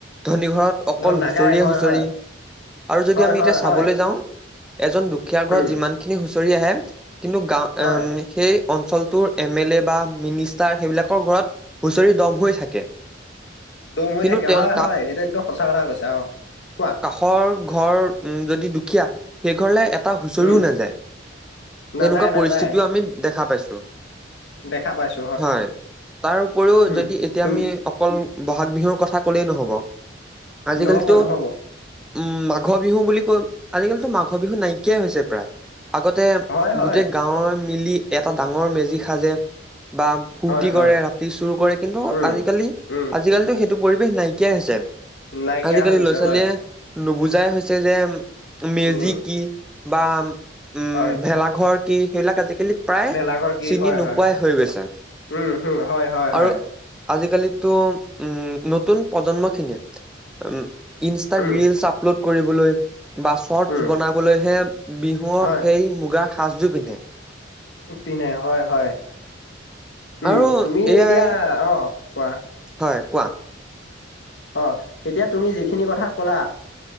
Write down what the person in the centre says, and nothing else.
ধনী ঘৰত অকল
হুঁচৰিয়ে
হুঁচৰি।
আৰু যদি
আমি
এতিয়া চাবলৈ
যাওঁ এজন দুখীয়াৰ ঘৰত
যিমানখিনি হুঁচৰি আহে, কিন্তু গাওঁ
উম সেই অঞ্চলটোৰ এম এল এ বা মিনিষ্টাৰ সেইবিলা ঘৰত সেইবিলাকত হুচৰি দ'ম হৈ থাকে।
কিন্তু
তেওঁ
কা
খৰ ঘৰ উম, যদি দুখীয়া সেই ঘৰলে এটা হুঁচৰিও
নাযায়, তেনেকুৱা
পৰিস্থিতিও
আমি দেখা পাইছো।
হয়। তাৰ উপৰিও
যদি এতিয়া
আমি অকল ব'হাগ বিহুৰ কথা ক'লেই নহ'ব। আজিকালিতো
উম, মাঘৰ বিহু বুলি কৈ, আজিকালিতো মাঘ বিহু নাইকিয়াই হৈছে প্ৰায়। আগতে
গোটেই গাঁৱৰ মিলি এটা ডাঙৰ মেজি সাজে বা ফূৰ্তি
কৰে, ৰাতি চুৰ কৰে কিন্তু
আজিকালি-আজিকালিটো
সেইটো পৰিৱেশ নাইকিয়াই হৈছে।
আজিকালি
ল'ৰা-ছোৱালীয়ে
নুবুজাই হৈছে যে মেজি
কি? বা উম,
ভেলাঘৰ কি? সেইবিলাক আজিকালি প্ৰায়
চিনি
নোপোৱাই
হৈছে
আৰু আজিকালিতো উম, নতুন প্ৰজন্মখিনিয়ে উম ইনষ্টাত
ৰিলচ আপলোড কৰিবলৈ বা চৰ্টচ
বনাবলৈহে বিহুক
সেই মুগা সাজযোৰ পিন্ধে।
আৰু
এয়াই
হয়, কোৱা।